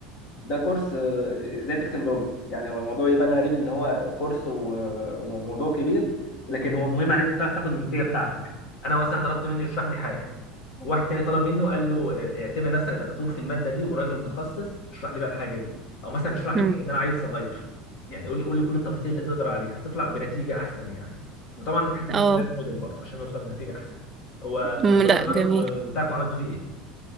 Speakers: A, on the left; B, on the right.
A: ده كورس آه، ازاي تكتب برومبت يعني هو الموضوع يبان غريب ان هو كورس و- وموضوع كبير لكن هو مهم على ان انت تعرف تاخد النتيجه بتاعتك انا مثلا طلبت منه يشرح لي حاجه واحد تاني طلب منه قال له اه، اعتبر نفسك دكتور في الماده دي وراجل متخصص اشرح لي بقى الحاجه دي او مثلا اشرح لي
B: امم
A: كأن انا عيل صغير يعني قول لي قول لي كل التفاصيل اللي تقدر عليها هتطلع بنتيجه احسن يعني وطبعا حته
B: اه
A: اختيار الموديل برضه عشان نوصل لنتيجه احسن هو
B: أمم،
A: مشروع
B: لا
A: التخرج
B: جميل
A: بتاعكم عملتوا فيه ايه